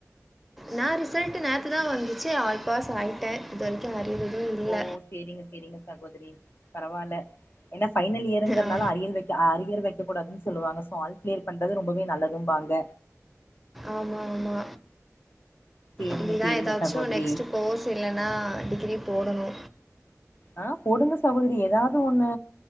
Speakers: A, in the centre; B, on the left.
A: நா ரிசல்ட்டு நேத்து தா வந்துச்சு ஆல் பாஸ் ஆயிட்டே இது வரைக்கு அறியர் எதுவு இல்ல
B: ஓ சேரிங்க சேரிங்க சகோதரி பரவால்ல ஏனா ஃபைனல் இயருங்கிறதுனால
A: ஆ
B: அறியல் வெக் இ அறியர் வெக்க கூடாதுன் சொல்லுவாங்க சோ ஆல் கிளியர் பண்றது ரொம்பவே நல்லதும்பாங்க
A: ஆமாம்மா
B: சேரிங்க
A: இனிதா
B: சேரிங்க
A: எதாச்சு
B: சகோதரி
A: நெக்ஸ்ட்டு கோர்ஸ் இல்லனா டிகிரி போடணு
B: ஆ போடுங்க சகோதரி எதாவ்து ஒன்னு